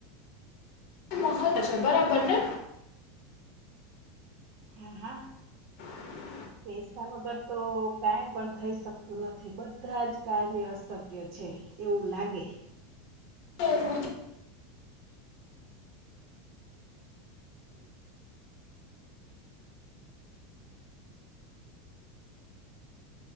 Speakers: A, on the left; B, on the right.
A: મહત છે અચ્છા બરાબર ને
B: હા હા
A: <inaudible>
B: પૈસા વગર તો કઈ પણ થઈ શકતું નથી બધા જ કાર્ય અશક્ય છે, એવું લાગ ગે
A: <unintelligible>